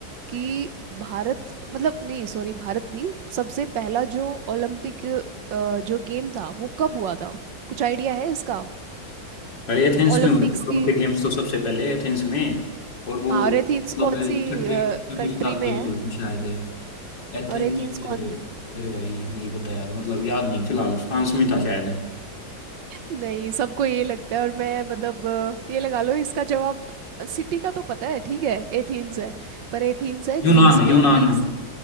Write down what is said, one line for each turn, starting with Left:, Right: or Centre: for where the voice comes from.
Right: कि भारत मतलब नहीं सॉरी भारत नहीं सबसे पहला जो ओलंपिक अ, जो गेम था वो कब हुआ था कुछ आइडिया है इसका
Left: और एथेंस
Right: ओलंपिक्स
Left: में हुए थे ओलंपिक
Right: की
Left: गेम्स तो सबसे पहले एथेंस में और वो
Right: हाँ और एथेंस
Left: मतलब
Right: कौन सी
Left: छठी छठी
Right: कंट्री
Left: शताब्दी
Right: में है
Left: में हुए थे शायद एथेंस
Right: और एथेंस कौन
Left: अरे भाई नहीं पता यार मतलब याद नहीं फिलहाल फ्रांस में था शायद
Right: नहीं सबको ये लगता है और मैं मतलब अ, ये लगा लो इसका जवाब सिटी का तो पता है ठीक है एथेंस है पर एथेंस है
Left: यूनान
Right: ग्रीस में
Left: यूनान
Right: ग्रीस
Left: में